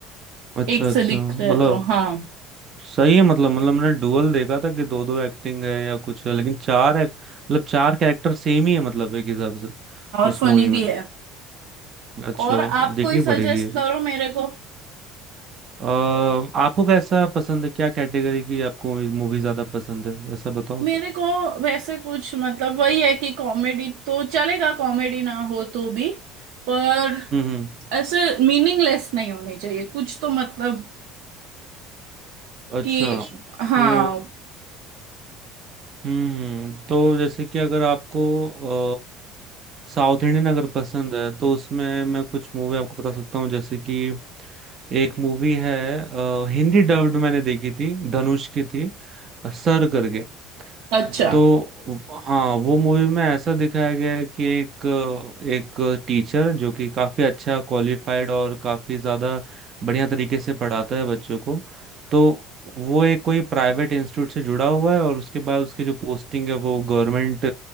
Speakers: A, on the right; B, on the right.
A: अच्छा
B: एक से
A: अच्छा
B: दिख रहे
A: मतलब
B: तो हाँ
A: सही है मतलब मतलब मैंने डुअल देखा था कि दो दो एक्टिंग है या कुछ है लेकिन चार एक, मतलब चार कैरेक्टर सेम ही है मतलब एक हिसाब से
B: और
A: उस
B: फनी
A: मूवी में
B: भी है
A: अच्छा
B: और आप
A: देखनी
B: कोई सजेस्ट
A: पड़ेगी ये
B: करो मेरे को
A: अ, आपको कैसा पसंद है क्या कैटेगरी की आपको मूवी ज्यादा पसंद है वैसा बताओ
B: मेरे
A: फिर
B: को वैसे कुछ मतलब वही है कि कॉमेडी तो चलेगा कॉमेडी ना हो तो भी पर
A: हम्म हम्म
B: ऐसे मीनिंगलेस नहीं होनी चाहिए कुछ तो मतलब
A: अच्छा
B: कि
A: सो
B: हाँ
A: हम्म तो जैसे कि अगर आपको अ, साउथ इंडियन अगर पसंद है तो उसमें मैं कुछ मूवी आपको बता सकता हूँ जैसे कि एक मूवी है अ, हिंदी डब्ड मैंने देखी थी धनुष की थी सर करके
B: अच्छा
A: तो हाँ वो मूवी में ऐसा दिखाया गया है कि एक एक टीचर जो कि काफी अच्छा क्वालिफाइड और काफी ज्यादा बढ़िया तरीके से पढ़ाता है बच्चों को तो वो एक कोई प्राइवेट इंस्टीट्यूट से जुड़ा हुआ है और उसके बाद उसकी जो पोस्टिंग है वो गवर्नमेंट